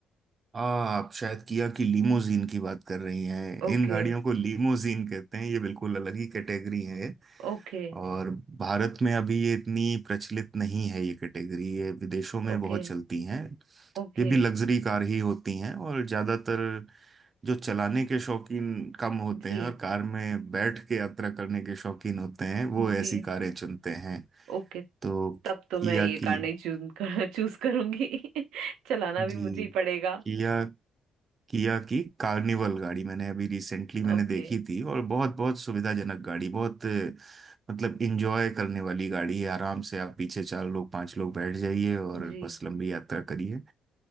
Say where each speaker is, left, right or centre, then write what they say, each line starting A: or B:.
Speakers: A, on the right; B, on the right.
A: आ, आप शायद किया की लीमोजीन की बात कर रही हैं
B: ओके
A: इन गाड़ियों को लीमोजीन कहते हैं ये बिल्कुल अलग ही कैटेगरी है ये।
B: ओके
A: और भारत में अभी ये इतनी प्रचलित नहीं है ये कैटेगरी ये विदेशों में
B: ओके
A: बहुत चलती हैं
B: ओके
A: ये भी लग्जरी कार ही होती हैं और ज्यादातर जो चलाने के शौकीन कम होते
B: जी
A: हैं और कार में बैठ के यात्रा करने के शौकीन होते हैं वो ऐसी
B: जी
A: कारें चुनते हैं
B: ओके
A: तो
B: तब तो मैं
A: किया
B: ये
A: की
B: कार नहीं चूज कर चूज करूंगी <laughs> चलाना
A: जी
B: भी मुझे ही पड़ेगा
A: किया किया की कार्निवल गाड़ी मैंने अभी रिसेंटली मैंने
B: ओके
A: देखी थी और बहुत बहुत सुविधाजनक गाड़ी बहुत अ, मतलब इंजॉय करने वाली गाड़ी है आराम से आप पीछे चार लोग पांच लोग बैठ जाइए और
B: जी
A: बस लंबी यात्रा करिए